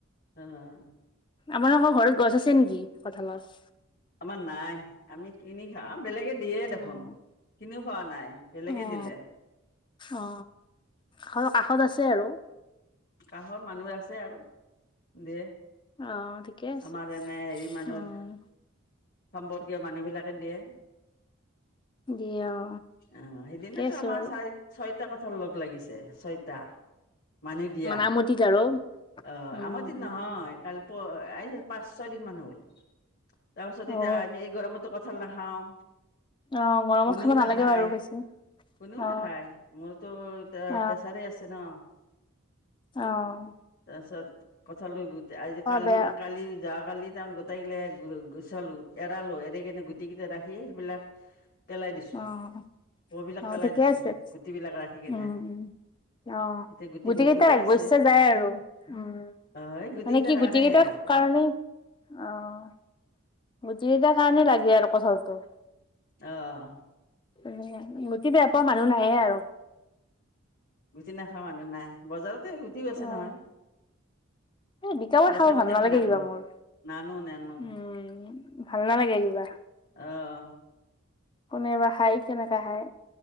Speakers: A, on the left; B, on the left.
A: অঁ-অঁ!
B: আপোনালোকৰ ঘৰত গছ আছে নেকি কঁঠালৰ?
A: আমাৰ নাই আমি কিনি খাওঁ আৰু বেলেগে দিয়ে দেখোন।
B: অ
A: কিনিও খোৱা নাই। বেলেগে
B: অ
A: দিলে।
B: অ ঘৰৰ কাষত আছে আৰু
A: কাষৰ মানুহৰ আছে আৰু, দিয়ে।
B: অঁ', - ঠিকে আছে।
A: আমাৰ এনে হেৰি মানুহৰ
B: অঁহ।
A: সম্পৰ্কীয় মানুহ বিলাকে দিয়ে।
B: দিয়ে অ
A: অঁ', সেইদিনাটো
B: ঠিকে আছে
A: আমাৰ
B: বাৰু
A: চাৰি ছয়টা কঠাল লগ লাগিছে, ছয়টা। মানুহে দিয়া,
B: মানে আমটিত আৰু
A: অ'
B: উম
A: আমৰতো নহয়,
B: উম
A: কালি প্ৰ এই পাঁচ ছয় দিন মান হ'ল। তাৰপিছত এতিয়া
B: অ
A: আমি এই গৰমতো কঁঠাল নাখাওঁ।
B: অঁ', গৰমত
A: কোনেও
B: খাব নালাগে
A: নাখায়
B: বাৰু বেছি।
A: কোনেও নাখায়,
B: অ
A: মোৰতো এয়া
B: অ
A: প্ৰেছাৰে আছে ন।
B: অহ',।
A: তাৰপিছত কঁঠালৰ গুটি আজি যে কালি-কালি
B: বেয়া
A: যোৱা কালি তাৰ মানে গোটেইগিলা গু-গুচালো, এৰালো, এনেকে গুটিকেইটা ৰাখি সেইবিলাক- পেলাই দিছো
B: অঁ',
A: কবিলাক
B: -অঁ',
A: পেলাই
B: - ঠিকে
A: দিছো
B: আছে,
A: গুটিবিলাক ৰাখি কেনে
B: উমঁ-উমঁ। অঁ',
A: এতিয়া
B: - গুটি
A: বহুতকেইটা
B: কেইটাৰ অবশ্য
A: আছে
B: যায় আৰু উমঁ।
A: অ এই গুটিকেইটাৰ
B: মানে কি
A: কাৰণেহে
B: গুটি কেইটাৰ
A: আৰু
B: কাৰণেও, অঁহ',। গুটি কেইটাৰ কাৰণে লাগে আৰু কঠাঁলটো।
A: অহ',।
B: উ' গুটি বেয়া পোৱা মানুহ নায়ে আৰু।
A: গুটি নোখোৱা মানুহ নাই, বজাৰতে গুটি বেছে
B: অ
A: নহয়।
B: এই বিকাবোৰ
A: বেছা
B: খাব
A: গুটি
B: ভাল নালাগে
A: আমি নানো।
B: কিবা মোৰ
A: নানো-নানো।
B: উম ভাল নালাগে কিবা
A: অহ',।
B: কোনেবা খাই, কেনেকা খাই।